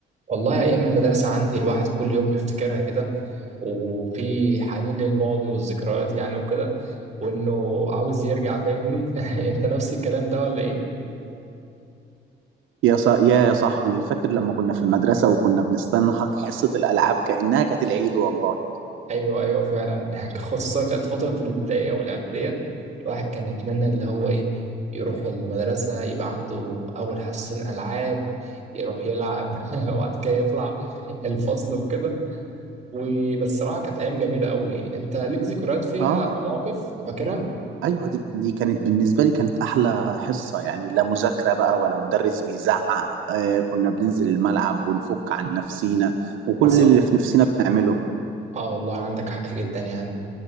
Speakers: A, on the right (about 35°); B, on the right (about 85°).
A: والله أيام المدرسة عندي الواحد كل يوم بيفتكرها كده وفي حنين للماضي والذكريات يعني وكده وإنه عاوز يرجع فاهمني <laughs> أنت نفس الكلام ده ولا إيه؟
B: يا صا... يا يا صاحبي فاكر لما كنا في المدرسة وكنا بنستنى ح- حصة الألعاب كأنها كانت العيد والله
A: أيوه أيوه فعلا <laughs> خصوصا كانت فترة الابتدائية والإعدادية الواحد كان يتمنى اللي هو إيه يروح المدرسة يبقى عنده أول حصتين ألعاب يروح يلعب <laughs> وبعد كده يطلع الفصل وكده وبالصراحة كانت أيام جميلة أوي أنت ليك ذكريات فيها
B: اه
A: مواقف فاكرها؟
B: ايوه دي, دي كانت بالنسبة لي كانت أحلى حصة يعني لا مذاكرة بقى ولا مدرس بيزعق آه كنا بننزل الملعب ونفك عن نفسينا وكل
A: حصل
B: اللي في نفسنا بنعمله
A: اه والله عندك حق جدا يعني